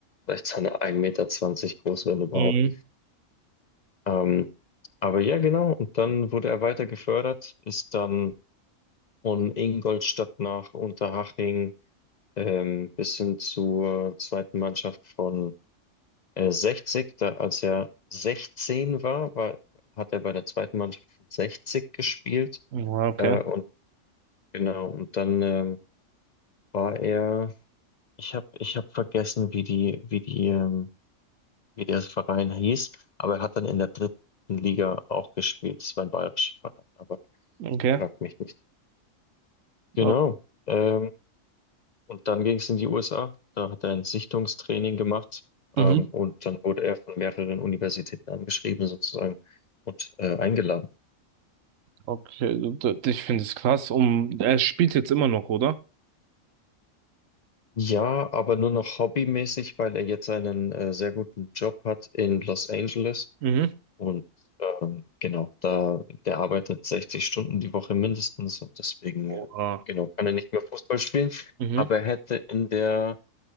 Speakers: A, on the left; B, on the right.
A: vielleicht seine 1,20 Meter groß, wenn überhaupt.
B: Mhm.
A: Ähm, aber ja, genau. Und dann wurde er weiter gefördert, ist dann von Ingolstadt nach Unterhaching ähm, bis hin zur zweiten Mannschaft von äh, 60, da, als er 16 war, war, hat er bei der zweiten Mannschaft von 60 gespielt.
B: Ja, okay,
A: Äh, und genau, und dann ähm, war er, ich habe ich hab vergessen, wie die, wie die, ähm, wie der Verein hieß, aber er hat dann in der dritten Liga auch gespielt. Das war ein bayerischer Verein, aber
B: okay.
A: fragt mich nicht. Genau.
B: Oh.
A: Ähm, Und dann ging es in die USA. Da hat er ein Sichtungstraining gemacht.
B: Mhm.
A: Ähm, und dann wurde er von mehreren Universitäten angeschrieben, sozusagen, und äh, eingeladen.
B: Okay, d- d- ich finde es krass. Um, er spielt jetzt immer noch, oder?
A: Ja, aber nur noch hobbymäßig, weil er jetzt einen äh, sehr guten Job hat in Los Angeles.
B: Mhm.
A: Und ähm, genau, da, der arbeitet 60 Stunden die Woche mindestens und deswegen,
B: Oha.
A: äh, genau, kann er nicht mehr Fußball spielen.
B: Mhm.
A: Aber er hätte in der,